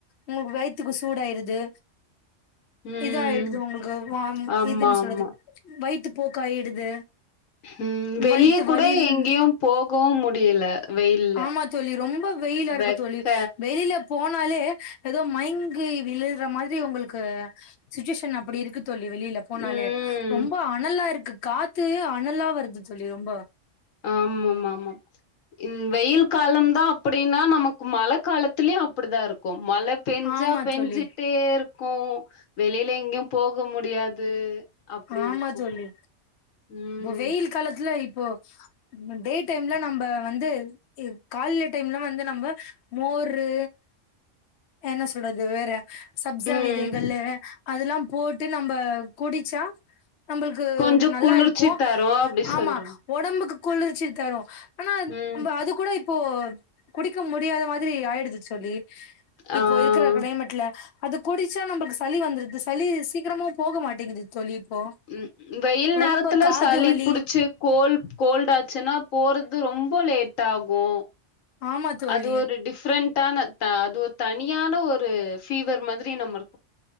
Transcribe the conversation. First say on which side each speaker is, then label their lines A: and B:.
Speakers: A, on the left; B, on the left.
A: உங்களுக்கு வயித்துக்கு சூடாயிருது
B: ம்.
A: இதாயிடுது உங்களுக்கு வாம்
B: ஆமா,
A: இதுன்னு சொல்றது
B: ஆமா.
A: வயித்து போக்காயிடுது
B: ம் வெளிய
A: வயித்து
B: கூட
A: வலின்
B: எங்கேயும் போகவும் முடியல வெயில்ல.
A: ஆமா தோழி ரொம்ப வெயிலா இருக்கு
B: வெக்க
A: தோழி வெளில போனாலே ஏதோ மய்ங்கி விழுற மாதிரி உங்களுக்கு சுச்சுவேஷன் அப்படி இருக்கு தோழி வெளியில போனாலே
B: ம்.
A: ரொம்ப அனலா இருக்கு காத்து அனலா வருது தோழி ரொம்ப
B: ஆமாமா மா இன் வெயில் காலம்தா அப்படின்னா நமக்கு மழ காலத்துலயு அப்படி தா இருக்கு மழை பெஞ்சா
A: ஆமா
B: பெஞ்சுட்டே
A: தோழி
B: இருக் கு வெளியில எங்கேயு போக முடியாது அப்டி
A: ஆமா
B: இருக்கும்.
A: தோழி
B: ம்.
A: இப்ப வெயில் காலத்துல இப்போ டே டைம்ல நம்ப வந்து காலில டைம்ல வந்து நம்ப மோரு என்ன சொல்றது வேற சப்ஷா
B: ம்.
A: விதைகள்ளு அதெல்லா போட்டு நம்ப குடிச்சா நம்பளுக்கு
B: கொஞ்சம்
A: நல்லா
B: குளிர்ச்சி
A: இருக்கு
B: தரும் அப்டி
A: ஆமா
B: சொல்றாங்க.
A: ஒடம்புக்கு குளிர்ச்சி தரு ஆனா
B: ம்.
A: நம்ப அது கூட இப்போ குடிக்க முடியாத மாதிரி ஆயிடுது தோழி
B: ஆ.
A: இப்போ இருக்ற கிளைமேட்ல அது குடிச்சா நம்பளுக் சளி வந்துருது சளி சீக்கிரமா போக மாட்டேங்குது தோழி இப்போ
B: ம் வெயில்
A: ரொம்ப
B: நேரத்துல
A: காது
B: சளி
A: வலி
B: புடிச்சு கோல் கோல்டு ஆச்சுன்னா போறது ரொம்ப லேட் ஆகு
A: ஆமா தோழி
B: அது ஒரு டிஃப்ரெண்ட்டான தா அது ஒரு தனியான ஒரு ஃபீவர் மாதி ரி நம்ம